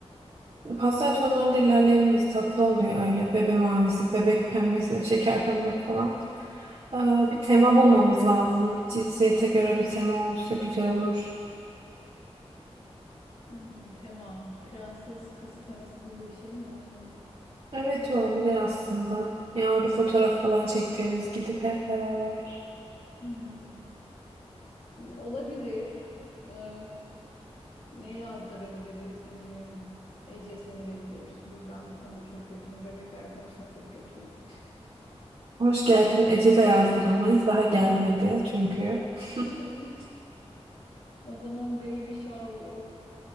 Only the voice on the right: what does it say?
pastel tonlarda ilerleyebiliriz. Tatlı oluyor öyle. Bebe mavisi, bebek pembesi, şeker pembe falan. Aa, bir tema bulmamız lazım. Cinsiyete göre bir tema olsa güzel olur.
Evet olabilir aslında. Yani orada fotoğraf falan çektiririz gidip hep beraber.
Hoş geldin Ece de yazdıramayız. Daha gelmedi çünkü. <laughs>